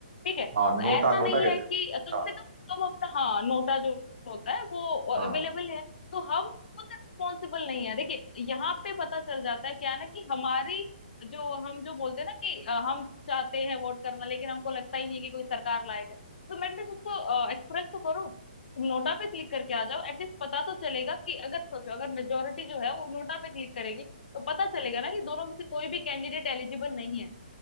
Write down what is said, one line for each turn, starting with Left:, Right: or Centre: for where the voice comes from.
Left: ठीक है तो
Right: हाँ नोटा
Left: ऐसा नहीं
Right: नोटा कहते
Left: है कि
Right: हैं
Left: कम
Right: हाँ
Left: से कम हम अपना हाँ नोटा जो होता है वो अवेलेबल
Right: हाँ,
Left: है तो हम खुद रिस्पॉन्सिबल नहीं है देखिए यहाँ पे पता चल जाता है क्या है ना कि हमारी जो हम जो बोलते हैं ना कि अ, हम चाहते हैं वोट करना लेकिन हमको लगता ही नहीं है कि कोई सरकार लाएगा तुम एटलीस्ट उसको एक्सप्रेस तो करो तुम नोटा पे क्लिक करके आ जाओ एटलीस्ट पता तो चलेगा कि अगर सोचो अगर मेजोरिटी जो है वो नोटा पे क्लिक करेगी तो पता चलेगा ना कि दोनों में से कोई भी कैंडिडेट एलिजिबल नहीं है